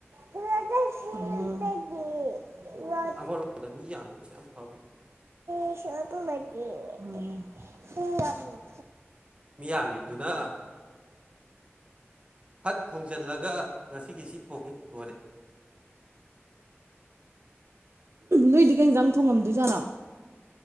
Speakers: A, on the right (about 70°); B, on the right (about 25°).
A: <unintelligible>
B: ꯑꯃꯔꯣꯝꯗ ꯃꯤ ꯌꯥꯝꯈꯤꯕꯁꯤ ꯌꯥꯝ ꯐꯕꯥ
A: <unintelligible>
B: ꯃꯤꯌꯥꯝꯒꯤꯕꯗꯨꯅ ꯐꯠ ꯊꯣꯡꯖꯤꯜꯂꯒ ꯉꯁꯤꯒꯤ ꯁꯤ ꯊꯣꯡꯉꯤ ꯂꯣꯏꯔꯦ
A: ꯅꯣꯏꯗꯤ ꯀꯩ ꯌꯦꯟꯖꯥꯡ ꯊꯣꯡꯉꯝꯗꯣꯏꯖꯥꯠꯅꯣ